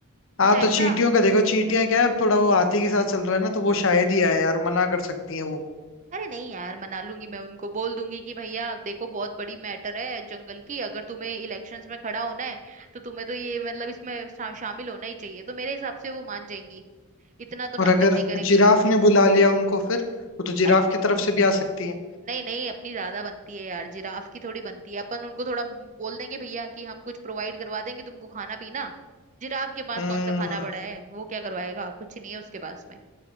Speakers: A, on the right; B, on the left.
A: अच्छा
B: हाँ
A: ऐसा
B: तो चींटियों का देखो चींटियां क्या है अब थोड़ा वो हाथी के साथ चल रहा है ना तो वो शायद ही आए यार मना कर सकती है वो
A: अरे नहीं यार मना लूंगी मैं उनको बोल दूंगी कि भैया देखो बहुत बड़ी मैटर है जंगल की अगर तुम्हें इलेक्शंस में खड़ा होना है तो तुम्हें तो ये मतलब इसमें शा, शामिल होना ही चाहिए तो मेरे हिसाब से वो मान जाएंगी इतना तो
B: और
A: नाटक
B: अगर
A: नहीं करेंगी
B: जिराफ ने बुला लिया उनको फिर वो तो जिराफ
A: अरे
B: की तरफ से भी आ सकती है
A: नहीं नहीं अपनी ज्यादा बनती है यार जिराफ की थोड़ी बनती है अपन उनको थोड़ा बोल देंगे भैया कि हम कुछ प्रोवाइड करवा देंगे तुमको खाना पीना जिराफ के पास
B: हम्म
A: कौन सा खाना पड़ा है वो क्या करवाएगा कुछ नहीं है उसके पास में